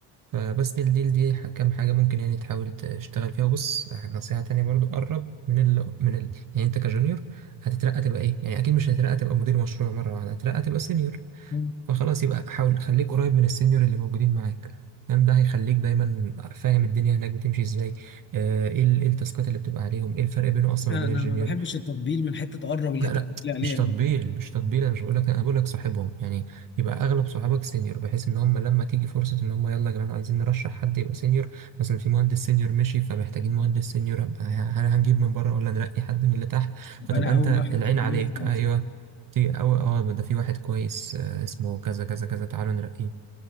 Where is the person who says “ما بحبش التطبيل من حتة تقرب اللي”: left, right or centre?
Left